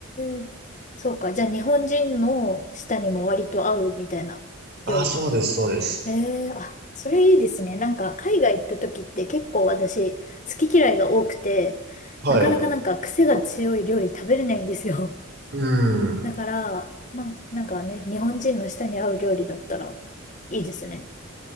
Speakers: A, on the left; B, on the right.
A: え、そうか。じゃあ日本人の舌にも割と合うみたいな料理。
B: あ、そうです、そうです。
A: へえ、あ、それいいですね。なんか海外行った時って結構私好き嫌いが多くて、
B: はい。
A: なかなかなんか癖が強い料理食べれないんですよ。
B: うん。い
A: だから、まあ、なんかね、日本人の舌に合う料理だったらいいですね。